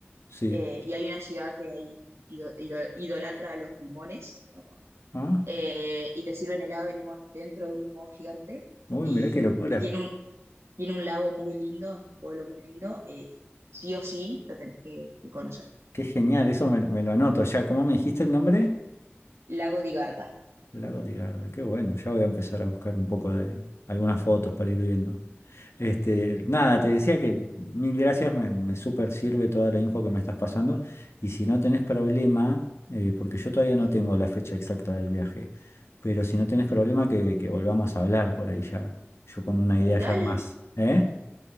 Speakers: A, on the left; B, on the right.
A: sí.
B: eh, y hay una ciudad que ahí ido- ido- idolatra a los limones,
A: Ah,
B: eh, y te sirven helado de limón dentro de un limón gigante
A: uy,
B: y,
A: mirá qué locura.
B: y tiene un, tiene un lago muy lindo, es un pueblo muy lindo, eh, sí o sí lo tenés que, que conocer.
A: Qué genial, eso me, me lo anoto. Ya, ¿cómo me dijiste el nombre?
B: Lago di Garda.
A: Lago Tigarda, qué bueno, ya voy a empezar a buscar un poco de algunas fotos para ir viendo. Este, nada, te decía que mil gracias, me, me súper sirve toda la info que me estás pasando. Y si no tenés problema, eh, porque yo todavía no
B: Sí.
A: tengo la fecha exacta del viaje, pero si no tenés problema, que, que volvamos a hablar por ahí ya, yo con una idea ya
B: Dale,
A: más. ¿Eh?